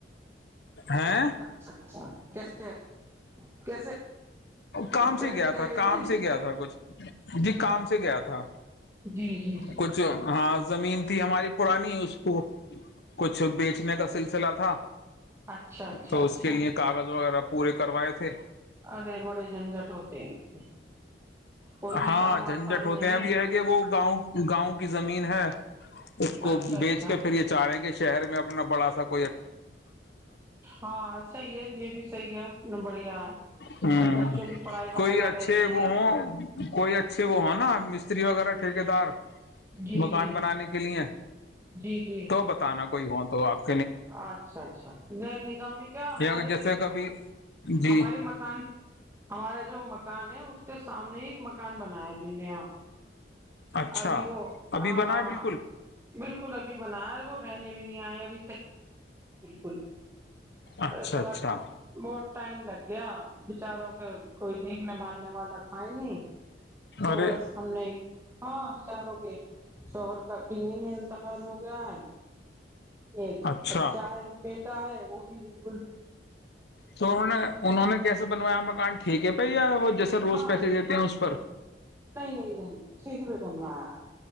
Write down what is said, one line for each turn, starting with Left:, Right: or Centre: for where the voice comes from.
Left: ہیں
Right: اچ اچھا اچھا <inaudible> کیسے ہیں کیسے <inaudible>
Left: کام
Right: کیسے
Left: سے گیا
Right: گئے
Left: تھا
Right: ہوئے
Left: کام
Right: تھے
Left: سے گیا تھا کچھ جی کام سے گیا تھا
Right: جی جی جی
Left: کچھ ہاں <inaudible> زمین تھی ہماری پرانی اس کو کچھ بیچنے کا سلسلہ تھا <inaudible>
Right: اچھا اچھا
Left: تو
Right: اچھا
Left: اس کے لیئے کاغذ وغیرہ پورے کروائے تھے
Right: ارے بڑے جھنجٹ ہوتے <inaudible> کوئی بھی
Left: ہاں
Right: کام
Left: جھنجٹ
Right: آسان
Left: ہوتے
Right: نہیں
Left: ہیں اب یہ ہے کہ وہ گاؤں گاؤں کی زمین ہے اس کو
Right: اچھا اچھا
Left: بیچ کے پھر یہ چاہ رہے ہیں کہ شہر میں ا <inaudible> نہ بڑا سک <inaudible>
Right: ہاں صحی ہے یہ بھی صحیح ہے بڑھیا
Left: ہوں,
Right: ہے بچوں کی پڑھائی وغیرہ
Left: کوئی اچھے
Right: رہتی ہے
Left: وہ ہ کوئی اچھے وہ ہیں نا <inaudible> استری وغیرہ ٹھیکے دار <inaudible>
Right: جی
Left: مکان
Right: جی
Left: بنانے کے لیے
Right: جی جی
Left: تو بتانا کو <inaudible> کوئی ہاں تو آ <inaudible>
Right: اچھا اچھا ن نگاہ میں کیا
Left: یا
Right: ہمارے
Left: جیسے کبھی جی
Right: ہمارے مکان ہمارا جو مکان ہے <unintelligible> <inaudible> سامنے ایک مکان بنایا <unintelligible> منا <unintelligible>
Left: اچھا
Right: ابھی وہ
Left: ابھی
Right: ہاں
Left: بنا ہے بالکل
Right: بالکل ابھی بنا ہے وہ <unintelligible> رہنے بھی نہیں آئے اب فن
Left: اچھا
Right: ارے بڑا
Left: اچھا
Right: بہت ٹائم لگ کیا بچاروں کے کوئی دیکھنے بھالنے والا تھا ہی نہیں تو
Left: ارے
Right: بس ہم نہیں ہاں چاروں کے شوہر کا بھی نہیں انتخال ہو گیا ہے ایک
Left: اچھا
Right: بچہ ہے بیٹا ہے وہ بھی بل
Left: تو انہوں نے کیسے بنوایا مکان ٹھیک ہے پی جی سر روز
Right: ہاں
Left: پیسے دیتے ہیں اس پر
Right: نہیں نہیں نہیں نہیں ٹھیک پہ بنوایا